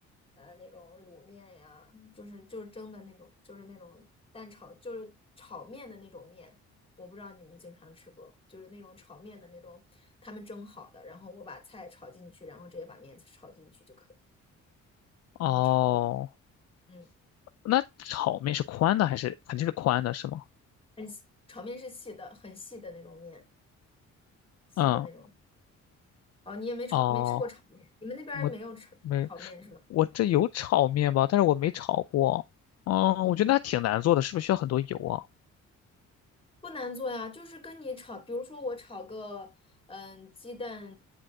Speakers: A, on the left (about 20°); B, on the left (about 55°).
A: 呃那种卤面呀，就是就是蒸的那种，就是那种蛋炒，就是炒面的那种面。我不知道你们经常吃不，就是那种炒面的那种，他们蒸好的，然后我把菜炒进去，然后直接把面炒进去就可以，那种炒面，
B: 哦。
A: 嗯。
B: 那炒面是宽的还是肯定是宽的是吗？
A: 很细，炒面是细的，很细的那种面，细的那种。
B: 嗯，
A: 哦，你也没炒，
B: 哦，
A: 没吃过炒面，你们那边儿没有炒炒面是吗？
B: 我没，我这有炒面吧，但是我没炒过。嗯，
A: 嗯，
B: 我觉得那挺难做的，是不是需要很多油啊？
A: 不难做呀，就是跟你炒，比如说我炒个，嗯，鸡蛋，